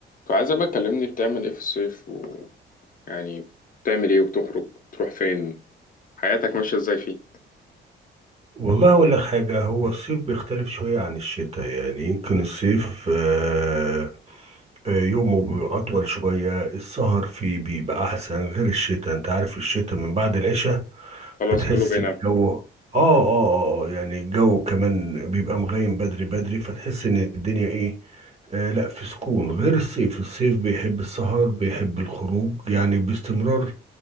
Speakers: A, on the left; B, on the right.
A: فعايزة بقى تكلمني بتعمل ايه في الصيف ويعني بتعمل ايه وبتخرج بتروح فين حياتك ماشية ازاي فيه
B: والله أقول لك حاجة هو الصيف بيختلف شوية عن الشتاء يعني يمكن الصيف آه، آه، يومه بيبقى أطول شوية السهر فيه بيبقى أحسن غير الشتاء أنت عارف الشتاء من بعد العشاء
A: خلاص
B: بتحس
A: كله بينام
B: الجو آه آه آه آه، يعني الجو كمان بيبقى مغيم بدري بدري فتحس إن الدنيا إيه آه لا في سكون غير الصيف الصيف بيحب السهر بيحب الخروج يعني باستمرار